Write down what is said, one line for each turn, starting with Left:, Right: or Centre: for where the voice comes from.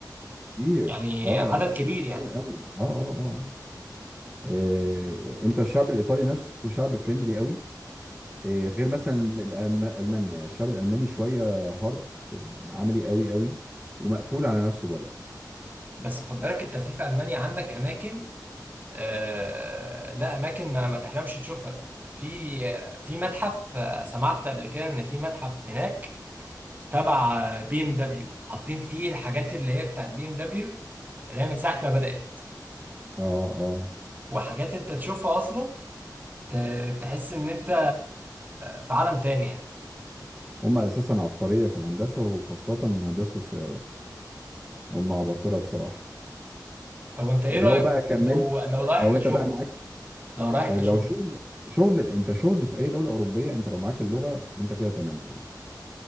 Centre: كتير
Right: يعني
Centre: اه
Right: عدد
Centre: آه،
Right: كبير يعني
Centre: كتير قوي اه اه اه آه، آه، انت الشعب الايطالي نفسه شعب فريندلي قوي إيه، غير مثلا الألم- المانيا الشعب الالماني شويه هارد عملي قوي قوي ومقفول على نفسه برضه
Right: بس خد بالك انت في في المانيا عندك اماكن آه لا اماكن ما, ما تحلمش تشوفها في في متحف آه، سمعت قبل كده ان في متحف هناك تبع بي ام دبليو حاطين فيه الحاجات اللي هي بتاعت بي ام دبليو اللي هي من ساعه ما بدات
Centre: اه اه
Right: وحاجات انت تشوفها اصلا ت- تحس ان انت في عالم تاني يعني
Centre: هم اساسا عبقريه في الهندسه وخاصه هندسه السيارات هم عباقره بصراحه
Right: طب وانت ايه
Centre: ولو
Right: رأيك
Centre: بقى كملت
Right: لو لو رايح
Centre: لو انت
Right: كشغل
Centre: بقى معاك
Right: لو رايح
Centre: لو
Right: كشغل
Centre: شغل شغل انت شغل في اي دوله اوروبيه انت لو معاك اللغه انت كده تمام قوي